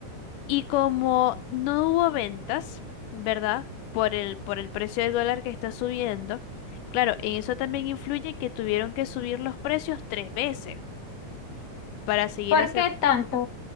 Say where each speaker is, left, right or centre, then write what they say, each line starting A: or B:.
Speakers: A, on the left (about 90°); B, on the left (about 50°).
A: Y como no hubo ventas, ¿verdad? Por el, por el precio del dólar que está subiendo, claro, en eso también influye que tuvieron que subir los precios tres veces para seguir
B: ¿Por
A: aceptando,
B: qué tanto?